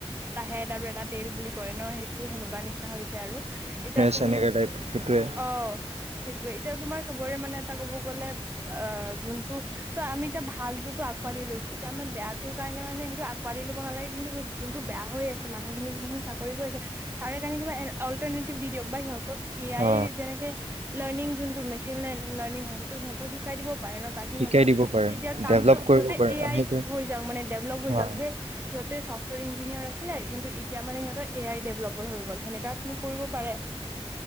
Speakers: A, on the right; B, on the right.
A: এটা হেড আৰু এটা তেইল বুলি কয় ন সেইটো সেনেকুৱা নিচিনা হৈছে আৰু এতিয়া তুম
B: তেনেকাে টাইপ সেইটোয়ে।
A: অ সেইটোয়ে এতিয়া তোমাৰ চবৰে মানে এটা ক'ব গলে অ' যোন চোৱা আমি এতিয়া ভালততো আঁকোৱালি লৈছো, এতিয়ামাৰ বেয়াটো কাৰণোনে সেইটো আঁকোৱালি লব নালাগে। সেই যোনটো বেয়া হৈ আছে মানুহখিনি যোনখিনি চাকৰি কৰি আছে তাৰে কাৰণ কা এল্টভ বা সিহতক এ আই
B: অ
A: যেনেকে লাৰ্নিং যোনটো মেচিন লাৰ্নিং সিহত শিকাই দিব পাৰে ন তাকে
B: শিকাই
A: সিহতৰ
B: দিব পাৰে
A: তেতিয়া কামটো
B: ডেভলপ কৰিব
A: সিহতে
B: পাৰে
A: এ
B: অ,
A: আইত
B: সেইটোৱে
A: হৈ য মে ডেভলপ হৈ যাওক
B: অ
A: যে সিহঁতে চফ্টৱেৰ ইঞ্জিনিয়াৰ আছিলে কিন্তু এতিয়া মানে সহঁতে এ আই ডেভেলপ হৈ গল সেনেকাত আমি কৰিব পাৰে।